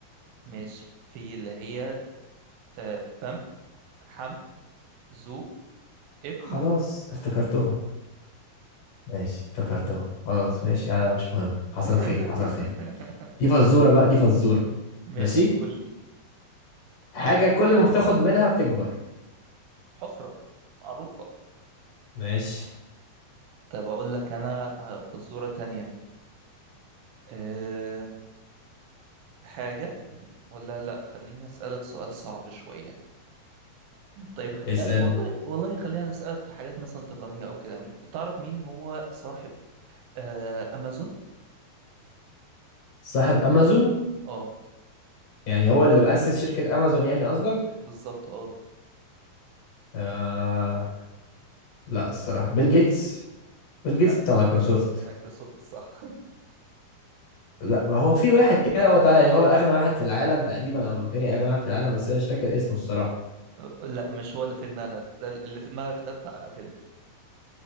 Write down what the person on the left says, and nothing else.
خلاص افتكرتهم ماشي افتكرتهم خلاص ماشي هذا مش مهم حصل
خير حصل خير دي فزورة بقى دي فزورة
ماشي
حاجة كل ما بتاخد منها بتكبر
ماشي
اسأل
صاحب أمازون
يعني هو اللي مؤسس شركة أمازون يعني قصدك
آه... لا الصراحة بيل جيتس بيل
جيتس بتاع مايكروسوفت
لا ما هو في
واحد كده هو ده يعتبر أغنى واحد في العالم تقريبا أو تاني أغنى واحد في العالم بس أنا مش فاكر اسمه الصراحة